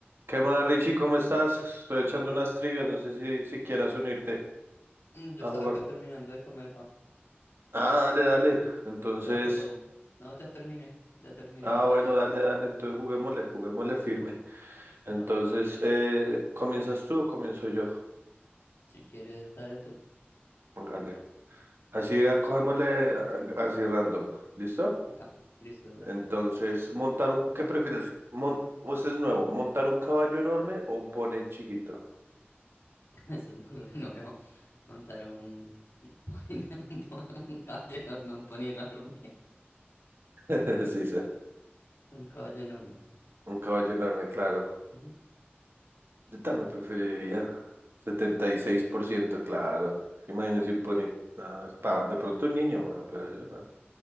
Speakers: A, on the right (about 65°); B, on the left (about 70°).
A: ¿Qué más, Richie? ¿Cómo estás? Estoy echando unas trivias, no sé si, si quieras unirte
B: Mm, Yo
A: a
B: estaba
A: jugar.
B: acá terminando de comer, pa.
A: Ah, dale, dale. Entonces,
B: No, pero... No, ya terminé. Ya terminé.
A: ah,
B: Dale
A: bueno,
B: de
A: dale,
B: una.
A: dale. Entonces juguémosle, juguémosle firme.
B: Epa,
A: Entonces, eh, ¿comienzas tú o comienzo yo?
B: si quieres, dale tú.
A: Dale. Así, ah, cogémosle ah, así random. ¿Listo?
B: Acá. Listo, de una.
A: Entonces, montar un, ¿qué prefieres? Mon, este es nuevo, ¿montar un caballo enorme o un pony chiquito?
B: <laughs> Eso es un renuevo. Montar un pony... <laughs> Un pony- un caballo enorme, un pony enorme.
A: <laughs> Sí, sí,
B: <laughs> Un caballo enorme.
A: un caballo enorme, claro.
B: Ujú.
A: Yo también preferiría 76% claro. Imagínese un pony. No, es pa- de pronto un niño, bueno, pero yo no.